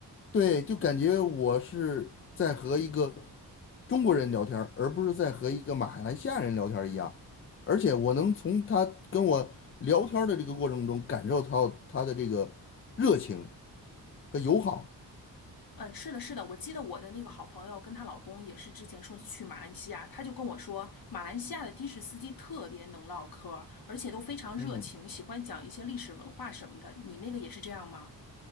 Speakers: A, on the left (about 30°); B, on the left (about 55°).
A: 对，就感觉我是在和一个中国人聊天儿而不是在和一个马来西亚人聊天儿一样。而且我能从他跟我聊天儿的这个过程中感受到他的这个热情和友好。
B: 嗯，是的，是的，我记得我的那个好朋友跟她老公也是之前说去马来西亚，她就跟我说，马来西亚的的士司机特别能唠嗑儿而且都非常热情，
A: 嗯，
B: 喜欢讲一些历史文化什么的。你那个也是这样吗？